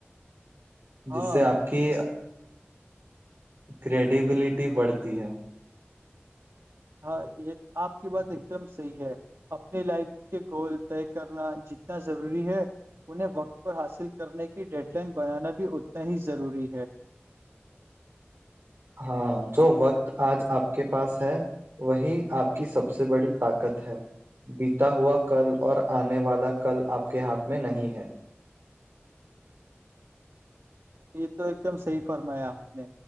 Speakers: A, on the right; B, on the right.
A: ہاں
B: جس سے آپ کی
A: جس
B: کریڈیبلٹی بڑھتی ہے
A: ہاں یہ آپ کی بات ایک دم صحیح ہے اپنی لائف کے گول طے کرنا جتنا ضروری ہے انہیں وقت پر حاصل کرنے کی ڈیڈ لائن بنانا بھی اتنا ہی ضروری ہے
B: ہاں جو وقت آج آپ کے پاس ہے وہی آپ کی سب سے بڑی طاقت ہے بیتا ہوا کل اور آنے والا کل آپ کے ہاتھ میں نہیں ہے
A: یہ تو ایک دم صحیح فرمایا آپ نے